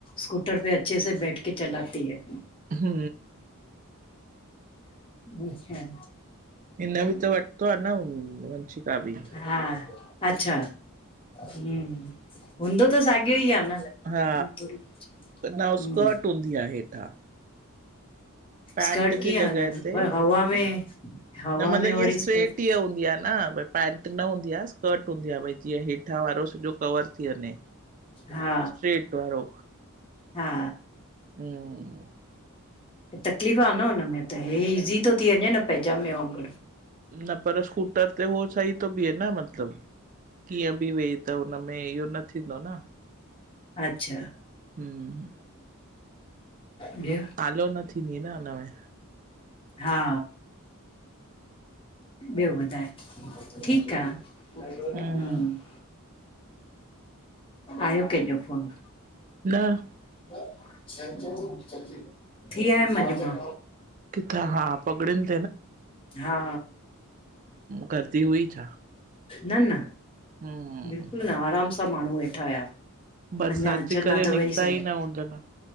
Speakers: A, on the left (about 25°); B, on the right (about 35°).
A: स्कूटर पे अच्छे स बैठ के चलाती है-
B: हू
A: अच्छा-
B: हिन बि त वरितो आहे न वंशिका बि
A: हा अच्छा ह हूंदो त साॻियो ई आहे न लॻभॻि
B: हा
A: हिन में थोरी
B: न
A: हम्म
B: स्कट हूंदी आहे हेठां। पेंट
A: स्कर्ट कीअं
B: जी जॻह
A: हलनि
B: ते
A: पर
B: न
A: हवा में हवा
B: मतिलबु
A: में वरी
B: इअ स्ट्रेट
A: स्कर्ट
B: ई हूंदी आहे। न भई पैंट न हूंदी आहे स्कट हूंदी आहे, भई जीअं हेठां वारो सॼो कवर थी वञे।
A: हा
B: स्ट्रेट वारो
A: हा
B: हम्म
A: तकलीफ़ आहे न हुनमें त हे ईज़ी थो थी, वञे न पैजामे वांगुरु
B: न पर सकूटर ते होो सही त बि आहे न मतिलब? कीअं बि वेहे त हुनमें इहो न थींदो न
A: अच्छा
B: हम्म
A: ॿियो?
B: सालो न थींदी न हिनमें
A: हा ॿियो ॿुधाए ठीक आ? हम
B: हम्म
A: आयो कंहिंजो फोन
B: न
A: <inaudible> थी आयम अॼ मां,
B: किथां हा पगड़ियुनि
A: हा
B: गर्मी हुई छा?
A: न-न
B: हम्म
A: बिल्कुल न आराम सां माण्हू वेठा होया।
B: बरसात
A: अञा अचन
B: जे करे
A: आ त
B: निकिता
A: वञी सघे
B: ई न हूंदन।